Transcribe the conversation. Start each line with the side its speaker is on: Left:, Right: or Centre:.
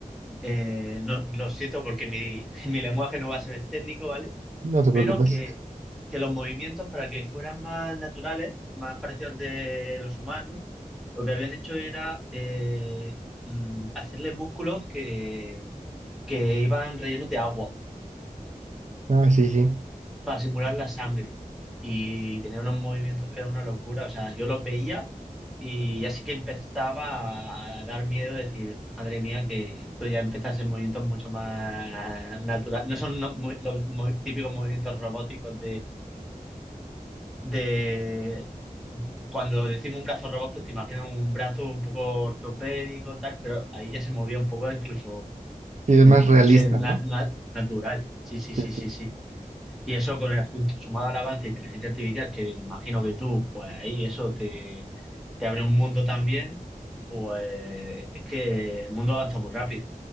Centre: eh, no, lo siento porque mi, <laughs> mi lenguaje no va a ser técnico, ¿vale?
Right: No te preocupes.
Centre: pero que, que los movimientos, para que fueran más naturales, más parecidos al de los humanos, lo que habían hecho era eh, mm, hacerle músculos que, que iban rellenos de agua
Right: Ah, sí, sí.
Centre: para simular la sangre. Y tenía unos movimientos que era una locura. O sea, yo los veía y ya así que empezaba a dar miedo, decir, madre mía, que esto ya empieza a ser movimientos mucho más naturales. No son no- mo- los mo- típicos movimientos robóticos de cuando decimos un brazo robot, pues te imaginas un brazo un poco ortopédico, tal, pero ahí ya se movía un poco incluso,
Right: Sí, es
Centre: mm,
Right: más realista,
Centre: no sé, na-
Right: ¿no?
Centre: na- natural. Sí, sí, sí,
Right: Sí, sí.
Centre: sí, sí. Y eso con el junto, sumado al avance de inteligencia artificial, que imagino que tú, pues ahí eso te, te abre un mundo también, pues es que el mundo avanza muy rápido.